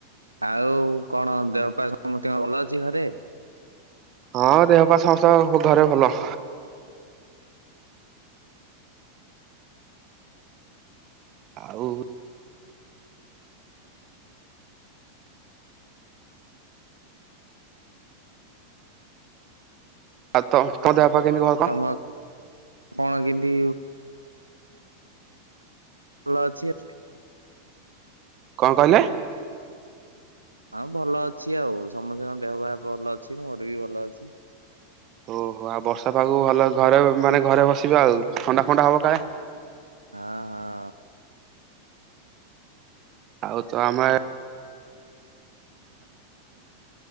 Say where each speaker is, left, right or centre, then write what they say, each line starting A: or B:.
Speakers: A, on the right; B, on the right.
A: ଆଉ କଣ ଦେହ ପା ସମସ୍ତଙ୍କ ଭଲ ଅଛି ଘରେ?
B: ହଁ ଦେହ ପା ସମସ୍ତଙ୍କ ଘରେ ଭଲ। ଆଉ ଆଉ ତ ତମ
A: ଓହୋ
B: ଦେହ ପା କେମିତି କଣ
A: ତମ କଣ କେମତି ଭଲ ଅଛି
B: କଣ କହିଲେ?
A: ହଁ ଭଲ ଅଛି ଆଉ ସମସ୍ତଙ୍କ ଦେହ ଭ ଭଲ ଅଛି ମୋର ବି ଭଲ ଅଛି।
B: ଓହୋ ଆଉ ବର୍ଷା ପାଗ ଭଲ ଘରେ ମାନେ ଘରେ ବସିବେ ଆଉ ଥଣ୍ଡା ଫଣ୍ଡା ହବ କାଳେ।
A: ଆ ହଁା।
B: ଆଉ ତ ଆମେ